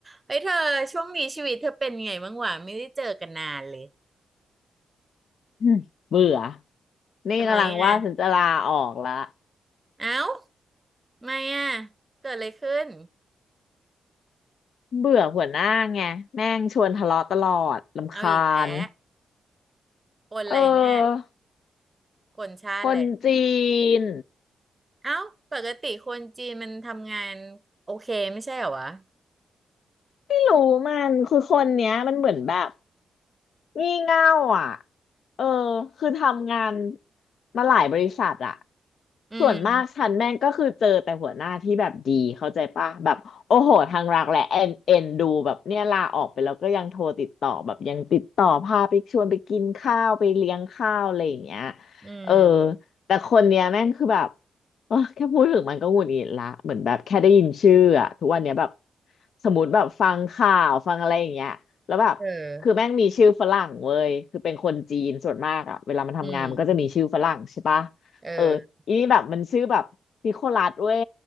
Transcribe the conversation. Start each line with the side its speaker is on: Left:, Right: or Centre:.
Right: เฮ้ยเธอช่วงนี้ชีวิตเธอเป็นไงบ้างวะไม่ได้เจอกันนานเลย
Left: อืมเบื่อ นี่กำลังว่าฉันจะลาออกละ
Right: ทำไมอ่ะเอ้าทำไมอ่ะเกิดอะไรขึ้น
Left: เบื่อหัวหน้าไงแม่งชวนทะเลาะตลอดรำคาญ
Right: เอาอีกแล้วคนอะไรเนี่ย
Left: เออ
Right: คนชาติเลย
Left: คนจีน
Right: เอ้าปกติคนจีนมันทำงานโอเคไม่ใช่เหรอวะ
Left: ไม่รู้มัน คือคนเนี้ยมันเหมือนแบบ งี่เง่าอ่ะเออคือทำงานมาหลายบริษัทอ่ะ
Right: อืม
Left: ส่วนมากฉันแม่งก็คือเจอแต่หัวหน้าที่แบบดีเข้าใจป่ะแบบโอ้โหทางรักและเอ็นเอ็นดูแบบเนี่ยลาออกไปแล้วก็ยังโทรติดต่อแบบยังติดต่อพาไปชวนไปกินข้าวไปเลี้ยงข้าวอะไรอย่างเงี้ย
Right: อืม
Left: เออแต่คนเนี้ยแม่งคือแบบเออแค่พูดถึงมันก็หงุดหงิดละเหมือนแบบแค่ได้ยินชื่ออะทุกวันเนี้ยแบบสมมติแบบฟังข่าวฟังอะไรอย่างเงี้ยแล้วแบบ
Right: เออ
Left: คือแม่งมีชื่อฝรั่งเว้ย คือเป็นคนจีนส่วนมากอะ เวลามันทำงานมันก็จะมีชื่อฝรั่งใช่ปะ
Right: อืมเออ
Left: เอออีนี่แบบมันชื่อแบบนิโคลัสเว้ย